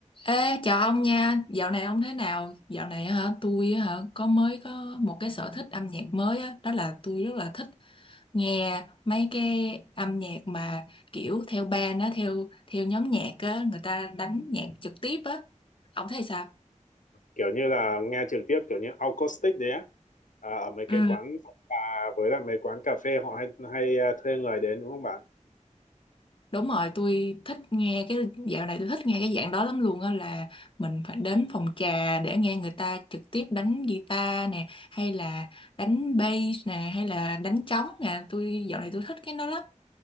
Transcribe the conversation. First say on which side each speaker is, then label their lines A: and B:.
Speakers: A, on the left (about 40°); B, on the left (about 90°).
A: Ê, chào ông nha, dạo này ông thế nào? Dạo này á hả, tôi á hả, có mới có một cái sở thích âm nhạc mới á, đó là tôi rất là thích nghe mấy cái âm nhạc mà kiểu theo band á, theo theo nhóm nhạc á, người ta đánh nhạc trực tiếp á. Ông thấy sao?
B: kiểu như là nghe trực tiếp kiểu như acoustic đấy á à, ở mấy
A: Ừ.
B: cái quán phòng trà với lại mấy quán cà phê họ hay hay à, thuê người đến đúng không bạn
A: Đúng rồi, tôi thích nghe cái dạo này tôi thích nghe cái dạng đó lắm luôn á là mình phải đến phòng trà để nghe người ta trực tiếp đánh guitar nè hay là đánh bass nè hay là đánh trống nè, tôi dạo này tôi thích cái đó lắm.